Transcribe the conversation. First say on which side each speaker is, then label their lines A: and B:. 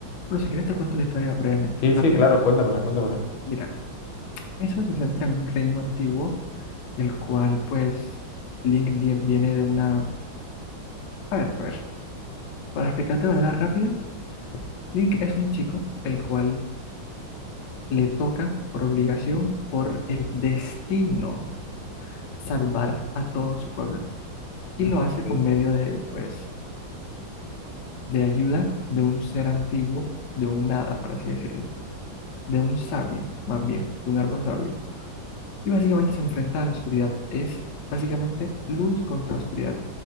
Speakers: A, on the left; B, on the left.
A: bueno, si quieres te cuento la historia brevemente,
B: Sí,
A: rápidamente.
B: sí, claro, cuéntamela, cuéntamela.
A: Mira, eso se centra en un reino antiguo, el cual, pues, Link die- viene de una... A ver, a ver, para explicarte de manera rápida, Link es un chico el cual le toca por obligación, por el destino, salvar a todo su pueblo. Y lo hace
B: Sí.
A: con medio de, pues, de ayuda de un ser antiguo, de un nada, por así decirlo, de un sabio, más bien, de un árbol sabio. Y básicamente se enfrenta a la oscuridad. Es básicamente luz contra oscuridad.